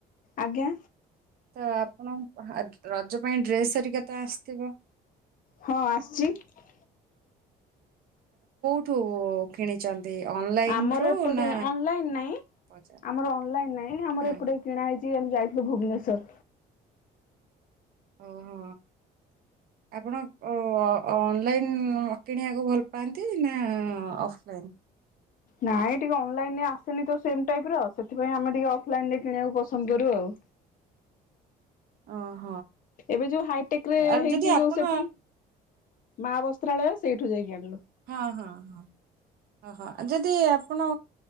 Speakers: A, on the left; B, on the right.
A: ଆଜ୍ଞା
B: ତ ଆପଣ ରଜ ପାଇଁ ଡ୍ରେସ୍ ହେରିକା ତ ଆସିଥିବ।
A: ହଁ ଆସଛି ।
B: ସବୁ କିଣିଛନ୍ତି। ଅନଲାଇନ
A: ଆମର
B: ରୁ
A: ଏପଟେ
B: ନା
A: ଅନଲାଇନ ନାଇଁ
B: ବଜାର
A: ଆମର ଅନଲାଇନ ନାଇଁ ଆମର
B: ହଁ
A: ଏପଟେ କିଣା ହେଇଛି ଯେ ଆମେ ଯାଇଥିଲୁ ଭୁବନେଶ୍ୱର।
B: ଓହୋ ଆପଣ ଅନଲାଇନ୍ କିଣିବାକୁ ଭଲ ପାଆ ନ୍ତି ନା ଅଫ୍ ଅଫ୍ ଲାଇନ୍।
A: ନାଇଁ ଟିକେ ଅ ଅନଲାଇନ ରେ ଆସେନି ତ ସେମ ଟାଇପ ର ସେଥିପାଇଁ ଆମେ ଟିକେ ଅଫଲାଇନ ରେ କିଣିବାକୁ ପସନ୍ଦ କରୁ ଆଉ।
B: ଓହୋ।
A: ଏବେ ଯୋଉ ହାଇଟେକ ରେ
B: ଆଉ
A: ହେଇଛି
B: ଯଦି ଆପଣ
A: ଯୋଉ ସେଠି ମା ବସ୍ତ୍ରାଳୟ ସେଇଠୁ ଯାଇକି ଆଣିଲୁ।
B: ହଁ ହଁ ହଁ ହଁ ଯଦି ଆପଣ